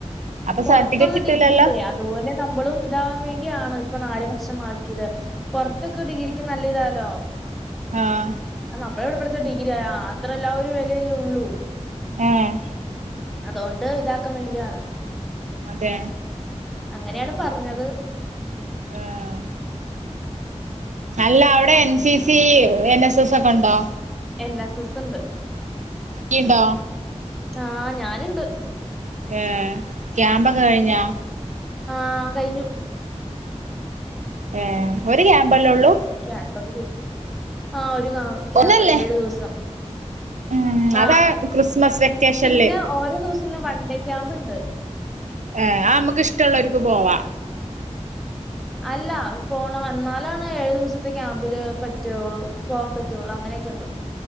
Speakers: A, on the right; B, in the centre.
A: അപ്പൊ
B: പൊറത്തുള്ള
A: സർട്ടിഫിക്കറ്റ്‌ കിട്ടുല്ലല്ലോ
B: ഡിഗ്രി ഇല്ലേ അതുപോലെ നമ്മളും ഇതാവാൻ വേണ്ടിയാണ് ഇപ്പൊ നാല് വർഷമാക്കിത്. പൊർത്തൊക്കെ ഡിഗ്രിക്ക് നല്ല ഇതാലോ.
A: ആഹ്
B: ആ നമ്മളെവിടെ പഠിച്ച ഡിഗ്രി. ആ അത്ര എല്ലാ ആഹ് ഒരു വില അല്ലെ ഉള്ളു
A: ആഹ്
B: അതുകൊണ്ട് ഇതാക്കാൻ വേണ്ടിയാണ്
A: അതേ.
B: അങ്ങനെണ് പറഞ്ഞത്.
A: ആഹ്. അല്ല, അവിടെ N. C. C, N. S. S ഒക്കെണ്ടോ?
B: എന്ന സ്സെസ്സ് ണ്ട്.
A: യ്യ് ണ്ടോ?
B: ആ ഞാനുണ്ട്
A: ഏഹ്. ക്യാമ്പൊക്കെ കഴിഞ്ഞാ?
B: ആഹ്, കഴിഞ്ഞു.
A: ഏഹ്. ഒരു ക്യാമ്പല്ലേ ഒള്ളൂ?
B: ക്യാമ്പാപ്പത്. ആഹ്, ഒരു കാ, ക്യാമ്പ്.
A: ഒന്നല്ലേ
B: ഏഴു ദിവസം.
A: ഉം അതാ
B: ആഹ്.
A: ക്രിസ്മസ് വെക്കേഷനില്
B: പിന്നെ, ഓരോ ദിവസങ്ങളിലും വൺണ്ടേ ക്യാമ്പ് ണ്ട്.
A: ഏഹ്, അ മ്മക്ക് ഇഷ്ടള്ളോര്ക്ക് പോവാ.
B: അല്ല. അത് പോണം. എന്നാലാണ് ഏഴു ദിവസത്തേക്ക് വില്ലേ പറ്റൊള്ളൂ. പോവാം പറ്റൊള്ളൂ. അങ്ങനെക്കെണ്ട്.